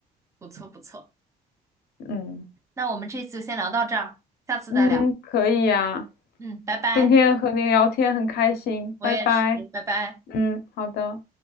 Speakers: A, on the right; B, on the left.
A: 不错不错。
B: 嗯
A: 那我们这次就先聊到这儿，下次再聊。
B: 嗯，可以呀，
A: 嗯，拜拜。
B: 今天和您聊天很开心，
A: 我也是，
B: 拜拜。
A: 拜拜。
B: 嗯，好的。